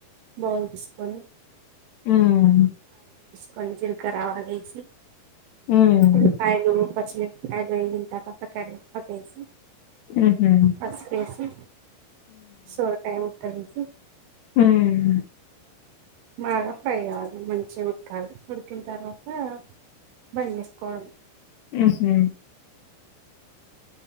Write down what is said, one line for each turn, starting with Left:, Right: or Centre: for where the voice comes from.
Right: బాల్ తీసుకొని
Left: ఉమ్
Right: కోని జెలకరా అవలు వెసి
Left: హ్మ్.
Right: ఉల్లిపాయలు పమి లింత పతక పసి
Left: హుహు.
Right: పస్ వెసి సోరకాయా తరిగి
Left: ఉమ్
Right: బాగా ఫ్రై కావ్వాలి మంచిగా ఉడకాలి ఉడికిన తర్వాత బంద చేసుకోవాలి
Left: ఉహుమ్